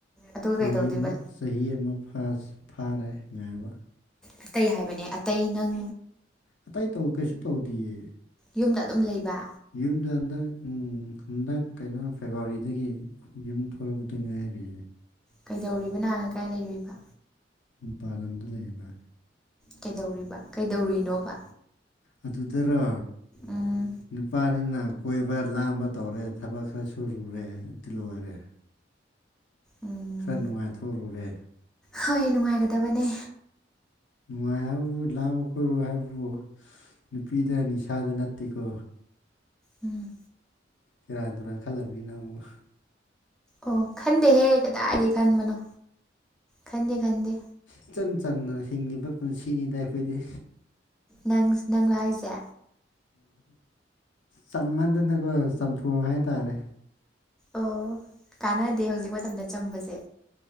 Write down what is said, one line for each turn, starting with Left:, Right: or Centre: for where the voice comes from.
Centre: ꯑꯗꯨꯒ
Left: ꯆꯍꯤ
Centre: ꯀꯩꯗꯧꯗꯣꯏꯕ
Left: ꯑꯃ ꯆꯍꯤ ꯑꯃ ꯐꯥꯔꯥꯁ ꯐꯥꯔꯦ ꯉꯥꯏꯕ
Centre: ꯑꯇꯩ ꯍꯥꯏꯕꯅꯦ ꯑꯇꯩ ꯅꯪ
Left: ꯑꯇꯩ ꯇꯧ ꯀꯩꯁꯨ ꯇꯧꯗꯤꯌꯦ
Centre: ꯌꯨꯝꯗ ꯑꯗꯨꯝ ꯂꯩꯕ
Left: ꯌꯨꯝꯗ ꯍꯟꯗꯛ ꯍꯟꯗꯛ ꯀꯩꯅꯣ ꯐꯦꯕꯋꯥꯔꯤꯗꯒꯤ ꯌꯨꯝ ꯊꯣꯛꯗ ꯉꯥꯏꯔꯤ
Centre: ꯀꯩꯗꯧꯔꯤꯕ ꯅꯥꯥꯟꯉ ꯀꯥꯏ ꯂꯩꯔꯣꯏꯕ
Left: ꯃꯄꯥꯟ ꯂꯝꯗ ꯂꯩꯔꯤꯕ
Centre: ꯀꯩꯗꯧꯔꯤꯕ ꯀꯩꯗꯧꯔꯤꯅꯣꯕ
Left: ꯑꯗꯨꯗꯔꯣ
Centre: ꯎꯝ
Left: ꯅꯨꯄꯥꯅꯤꯅ ꯀꯣꯏꯕ ꯂꯥꯡꯕ ꯇꯧꯔꯦ ꯊꯕꯛ ꯈꯔ ꯁꯨꯔꯨꯔꯦ ꯑꯗꯨ ꯂꯣꯏꯔꯦ
Centre: ꯎꯝ
Left: ꯈꯔ ꯅꯨꯡꯉꯥꯏꯊꯔꯨꯔꯦ
Centre: ꯍꯣꯏ ꯅꯨꯡꯉꯥꯏꯒꯗꯕꯅꯦ
Left: ꯅꯨꯡꯉꯥꯏ ꯍꯥꯏꯕꯗꯨ ꯂꯥꯃ ꯈꯣꯏꯠꯔꯣ ꯍꯥꯏꯕꯕꯨ ꯅꯨꯄꯤꯗ ꯅꯤꯁꯥꯗ ꯅꯠꯇꯦꯀꯣ
Centre: ꯎꯝ
Left: ꯁꯦꯔꯥꯟ ꯇꯨꯔꯥꯟ ꯈꯜꯂꯝꯅꯤ ꯅꯪ ꯑꯃꯨꯛ
Centre: ꯑꯣ ꯈꯟꯗꯦ ꯍꯦ ꯀꯗꯥꯏꯗꯤ ꯈꯟꯕꯅꯣ ꯈꯟꯗꯦ ꯈꯟꯗꯦ
Left: ꯏꯆꯝ ꯆꯝꯅ ꯍꯤꯡꯂꯤꯕ ꯄꯨꯟꯁꯤꯅꯤꯗ ꯑꯩꯈꯣꯏꯗꯤ
Centre: ꯅꯪ ꯅꯪ ꯂꯣ ꯍꯥꯏꯁꯦ
Left: ꯆꯝꯃꯟꯗꯅꯀꯣ ꯆꯝꯊꯣꯡ ꯍꯥꯏꯇꯥꯔꯦ
Centre: ꯑꯣ ꯀꯥꯟꯅꯗꯦ ꯍꯧꯖꯤꯛ ꯃꯇꯝꯗ ꯆꯝꯕꯁꯦ